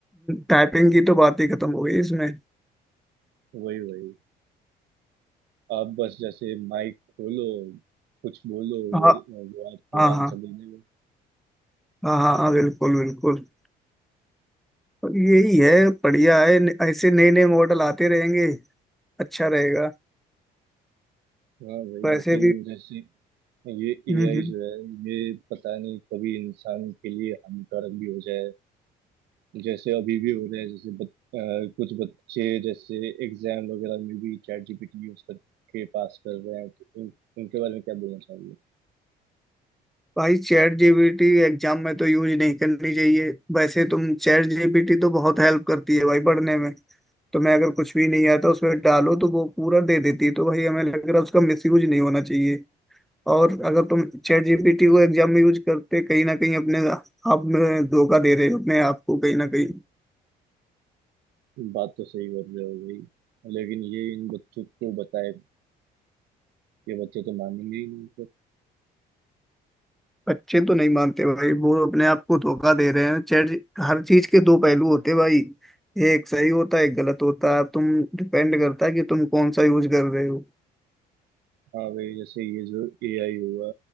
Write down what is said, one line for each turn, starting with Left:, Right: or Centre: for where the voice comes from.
Centre: टाइपिंग की तो बात ही खत्म हो गई इसमें
Right: वही वही आप बस जैसे माइक खोलो कुछ बोलो
Centre: हाँ
Right: वो वो आपको
Centre: हाँ
Right: आंसर
Centre: हाँ
Right: देने में
Centre: हाँ हाँ हाँ बिल्कुल बिल्कुल तो यही है बढ़िया है न- ऐसे नए नए मॉडल आते रहेंगे अच्छा रहेगा
Right: हाँ वही
Centre: वैसे
Right: लेकिन
Centre: भी
Right: जैसे ये
Centre: हम्म
Right: एआई
Centre: हम्म।
Right: जो है ये पता नहीं कभी इंसान के लिए हानिकारक भी हो जाए जैसे अभी भी हो रहा है जैसे बच, अ, कुछ बच्चे जैसे एग्जाम वगैरह में भी चैट जीपीटी यूज करके पास कर रहे हैं तो उन, उनके बारे में क्या बोलना चाहिए
Centre: भाई चैट जीपीटी एग्जाम में तो यूज नहीं करनी चाहिए वैसे तुम चैट जीपीटी तो बहुत हेल्प करती है भाई पढ़ने में तुम्हें अगर कुछ भी नहीं आता उसमें डालो तो वो पूरा दे देती है तो भाई हमें लग रहा है उसका मिस यूज नहीं होना चाहिए और अगर तुम चैट जीपीटी को एग्जाम में यूज करते कहीं ना कहीं अपने आप में धोखा दे रहे हो अपने आप को कहीं ना कहीं
Right: बात तो सही कर रहे हो भाई लेकिन ये इन बच्चों को बताए ये बच्चे तो मानेंगे ही नहीं
Centre: बच्चे तो नहीं मानते भाई वो अपने आप को धोखा दे रहे हैं चैट हर चीज के दो पहलू होते हैं भाई एक सही होता है एक गलत होता है अब तुम डिपेंड करता है कि तुम कौन सा यूज कर रहे हो
Right: हाँ भाई जैसे ये जो एआई हुआ